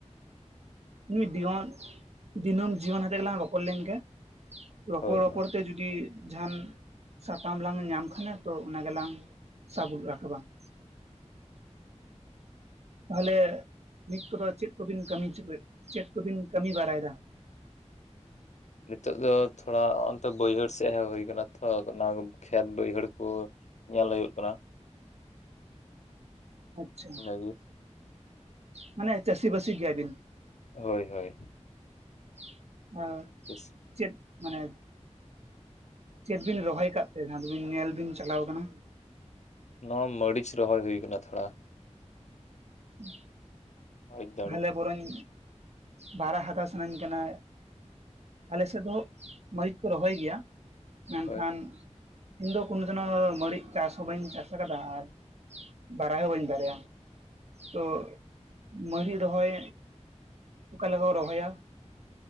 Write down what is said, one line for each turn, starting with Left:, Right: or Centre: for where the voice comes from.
Right: ᱱᱩᱭ ᱫᱤᱭᱚᱱ ᱫᱤᱱᱟᱹᱢ ᱡᱤᱭᱚᱱ ᱦᱟᱛᱮᱜ ᱜᱮᱞᱟᱝ ᱨᱚᱯᱚᱲ ᱞᱮᱱᱜᱮ ᱨᱚᱯᱚᱲ
Left: ᱦᱳᱭ
Right: ᱨᱚᱯᱚᱲ
Left: ᱦᱳᱭ
Right: ᱛᱮ ᱡᱩᱫᱤ ᱡᱩᱫᱤ ᱡᱟᱦᱟᱱ ᱥᱟᱛᱟᱢ ᱞᱟᱝ ᱧᱟᱢ ᱠᱷᱟᱱ ᱛᱚ ᱚᱱᱟ ᱜᱮᱞᱟᱝ ᱥᱟᱵ ᱨᱟᱠᱟᱵᱟ ᱾ ᱛᱟᱦᱚᱞᱮ ᱱᱤᱛ ᱠᱚᱫᱚ ᱪᱮᱫ ᱠᱚᱵᱤᱱ ᱠᱟᱹᱢᱤ ᱪᱚ, ᱪᱮᱫ ᱠᱚᱵᱤᱱ ᱠᱟᱹᱢᱤ ᱵᱟᱲᱟᱭᱮᱫᱟ?
Left: ᱱᱤᱛᱚᱜ ᱫᱚ ᱛᱷᱚᱲᱟ ᱚᱱᱛᱮ ᱵᱟᱹᱭᱦᱟᱹᱲ ᱥᱮᱡ ᱦᱮᱸᱡ ᱦᱩᱭ ᱟᱠᱟᱱᱟ ᱾ ᱛᱚ ᱚᱱᱟ ᱠᱷᱮᱛ ᱵᱟᱹᱭᱦᱟᱹᱲ ᱠᱚ ᱧᱮᱞ ᱦᱩᱭᱩᱜ ᱠᱟᱱᱟ ᱾
Right: ᱟᱪᱪᱷᱟ
Left: ᱤᱱᱟᱹᱜᱮ
Right: ᱢᱟᱱᱮ ᱪᱟᱹᱥᱤ-ᱵᱟᱹᱥᱤ ᱜᱮᱭᱟ ᱵᱤᱱ?
Left: ᱦᱚᱭ ᱦᱚᱭ ᱾
Right: <unintelligible>
Left: ᱪᱟ. ᱥᱤ
Right: ᱪᱮᱫ ᱢᱟᱱᱮ, ᱪᱮᱫ ᱵᱤᱱ ᱨᱚᱦᱚᱭ ᱠᱟᱜ ᱛᱮ ᱡᱟᱦᱟᱸ ᱫᱚᱵᱤᱱ ᱧᱮᱞ ᱵᱤᱱ ᱪᱟᱞᱟᱣ ᱠᱟᱱᱟ?
Left: ᱱᱚᱣᱟ ᱢᱟᱹᱲᱤᱪ ᱨᱚᱦᱚᱭ ᱦᱩᱭ ᱟᱠᱟᱱᱟ ᱛᱷᱚᱲᱟ ᱾
Right: <unintelligible>
Left: ᱢᱟᱹᱨᱤᱪ ᱫᱟᱲᱮ
Right: ᱦᱟᱞᱮ ᱵᱚᱨᱚᱧ ᱵᱟᱨᱟ ᱦᱟᱛᱟᱣ ᱥᱟᱱᱟᱧ ᱠᱟᱱᱟ᱾ ᱟᱞᱮ ᱥᱮᱫ ᱦᱚᱸ ᱢᱟᱹᱨᱤᱪ ᱠᱚ ᱨᱚᱦᱚᱭ ᱜᱮᱭᱟ ᱾ ᱢᱮᱱᱠᱷᱟᱱ
Left: ᱦᱳᱭ
Right: ᱤᱧ ᱫᱚ ᱠᱳᱱᱳ ᱫᱤᱱ ᱦᱚᱸ ᱢᱟᱹᱲᱤᱡ ᱪᱟᱥ ᱦᱚᱸ ᱵᱟᱹᱧ ᱪᱟᱥ ᱟᱠᱟᱫᱟ ᱟᱨ ᱵᱟᱲᱟᱭ ᱦᱚᱸ ᱵᱟᱹᱧ ᱵᱟᱲᱟᱭᱟ ᱛᱚ ᱢᱟᱨᱤᱡ ᱨᱚᱦᱚᱭ ᱚᱠᱟ ᱞᱮᱠᱟ ᱠᱚ ᱨᱚᱦᱚᱭᱟ?